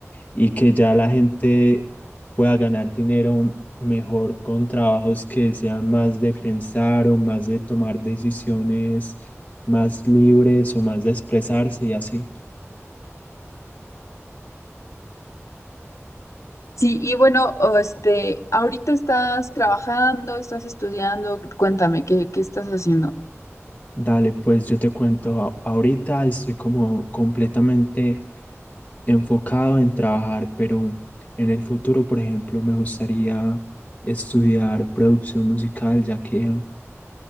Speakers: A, on the left; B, on the left.
A: y que ya la gente pueda ganar dinero mejor con trabajos que sean más de pensar o más de tomar decisiones más libres o más de expresarse y así.
B: Sí, y bueno, o este, ahorita estás trabajando, estás estudiando, cuéntame, ¿qué, qué estás haciendo?
A: Dale, pues yo te cuento, a- ahorita estoy como completamente enfocado en trabajar, pero en el futuro, por ejemplo, me gustaría estudiar producción musical, ya que